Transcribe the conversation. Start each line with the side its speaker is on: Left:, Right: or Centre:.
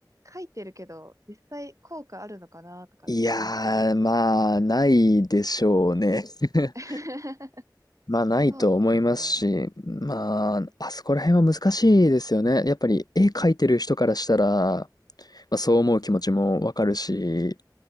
Right: 書いてるけど、実際効果あるのかなとかって思っちゃうんですね。
Left: いやー、まあ、ないでしょうね。<laughs>
Right: <laughs>
Left: まあ、ないと思いますし、
Right: そうですよね。
Left: まあ、あそこら辺は難しいですよね。やっぱり、絵描いてる人からしたら、まあ、そう思う気持ちもわかるし、